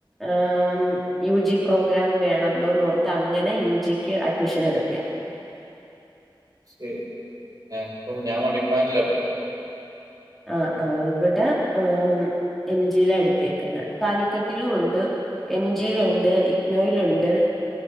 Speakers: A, in the centre; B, on the right.
A: ആഹ്‌ മ് യു ജി പ്രോഗ്രാം വേണല്ലോനോർത്ത് അങ്ങനെ യു ജിക്ക് അഡ്മിഷൻ എടുത്തയാ
B: ശരി ഞാനിപ്പം ഞാൻ മണിപ്പാലില്ല പഠിക്കുന്നത്
A: ആഹ് ആഹ് ഇവിടെ ആഹ് എം ജിയില്ല എടുത്തേക്കന്നെ കാലിക്കട്ടിലും ഉണ്ട് എം ജി യിലുണ്ട് ഇഗ്നോയിലുണ്ട്